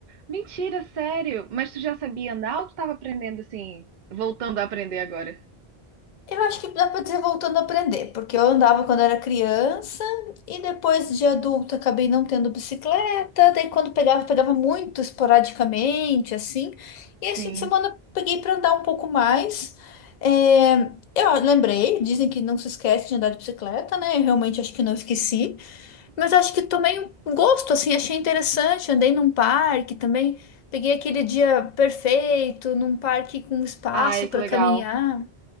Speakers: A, on the right; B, on the left.
A: Mentira, sério? Mas tu já sabia andar ou tu tava aprendendo assim, voltando a aprender agora?
B: Eu acho que dá para dizer voltando a aprender, porque eu andava quando era criança e depois de adulta acabei não tendo bicicleta, daí quando pegava, pegava muito esporadicamente, assim. E
A: Sim.
B: esse fim de semana peguei para andar um pouco mais. É, eu lembrei, dizem que não se esquece de andar de bicicleta, né? Eu realmente acho que não esqueci, mas acho que tomei um gosto, assim, achei interessante. Andei num parque também, peguei aquele dia perfeito, num parque com espaço
A: Ai, que
B: para caminhar.
A: legal.